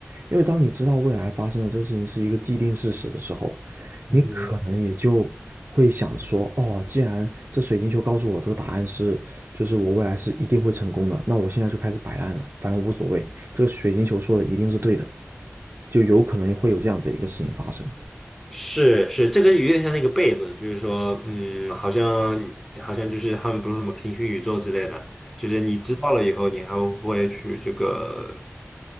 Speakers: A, on the right; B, in the centre.
A: 因为当你知道未来发生的这个事情是一个既定事实的时候，
B: 嗯哼
A: 你可能也就会想着说，哦，既然这水晶球告诉我这个答案是，就是我未来是一定会成功的，那我现在就开始摆烂了，反正无所谓，这个水晶球说的一定是对的，就有可能会有这样子一个事情发生。
B: 是是，这个有点像是一个悖论，就是说，嗯，好像好像就是他们不是什么平行宇宙之类的，就是你知道了以后，你还会去这个，